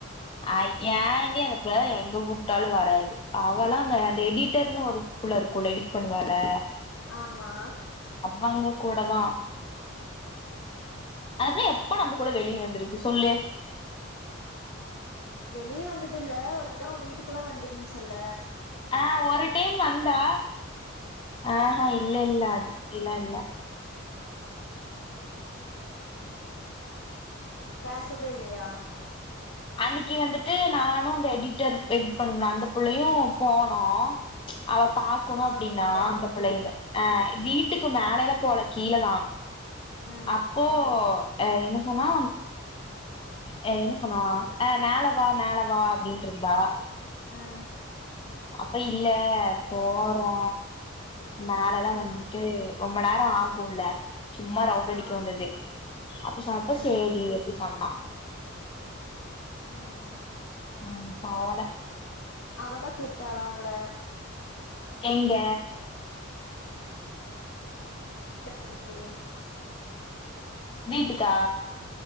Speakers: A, on the left; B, on the left.
A: அயு ஏண்டி அந்த பிள்ள எங்க கூப்ட்டாலு வராது அவல்லா அங்க அந்த எடிட்டர்னு ஒரு புள்ள இருக்குல்ல எடிட் பண்ணுவால்ல
B: ஆமா
A: அவங்க கூட தா அது எப்ப நம்ம கூட வெளிய
B: ம்
A: வந்துருக்கு சொல்லு
B: வெளிய வந்ததில்ல ஒரு தடவ வீட்டுக்குலா வந்துருந்துச்சுல
A: ஆ ஒரு டைம் வந்தா ஆஹ
B: ஆ
A: இல்லல்ல அடிக்கடிலா இல்ல
B: உஹம் பேசதே இல்லையா
A: அன்னிக்கு வந்துட்டு நானு அந்த எடிட்டர் எடிட் பண்ணும்ல அந்த புள்ளையு போனோ அவ பாக்கணு
B: அவ
A: அப்டின்னா
B: வீட்டுக்கா
A: அந்த பிள்ளைகள ஆ வீட்டுக்கு மேலலா போல கீழதா
B: ஆ
A: அப்போ ஆ என்ன சொன்னா ஆ என்ன சொன்னா ஆ மேல வா மேல வா அப்டின்ட்டு இருந்தா
B: ம்
A: அப்ப இல்ல போறோ மேலலா
B: ம்
A: வந்துட்டு ரொம்ப நேர ஆகுல்ல சும்மா ரவுண்டு
B: ஆ
A: அடிக்கு வந்தது அப்ப சொன்னப்ப
B: ஆ
A: சேரி அப்டி சொன்னா
B: ம்
A: ம் பரவால
B: அவதா கூப்ட்டாளா உங்கள
A: எங்க
B: <inaudible> சொல்
A: வீட்டுக்கா